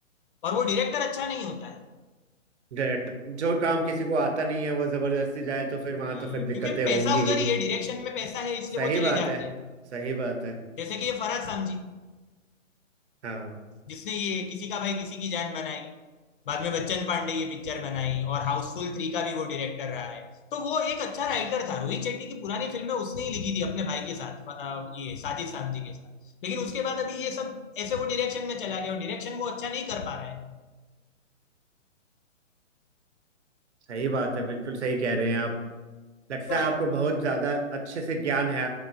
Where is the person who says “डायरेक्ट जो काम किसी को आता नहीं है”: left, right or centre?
Right